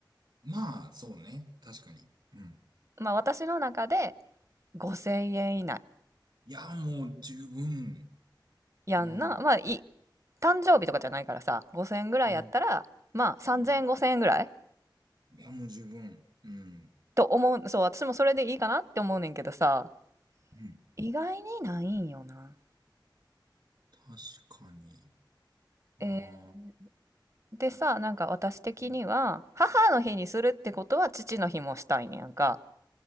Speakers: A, on the right; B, on the right.
A: まあ、そうね、確かに。うん。
B: まあ私の中で5000円以内
A: いや、もう十分、
B: やんな。
A: うん、
B: まあい、誕生日とかじゃないからさ、5000円ぐらいやったら、
A: うん、
B: まあ3000円5000円ぐらい
A: うん。いや、もう十分、うん、
B: と思う。そう、私もそれでいいかなって思うねんけどさ、
A: うん。
B: 意外にないんよな。
A: 確かに。ああ、
B: えーでさ、なんか私的には、
A: うん、
B: 母の日にするってことは父の日もしたいねやんか。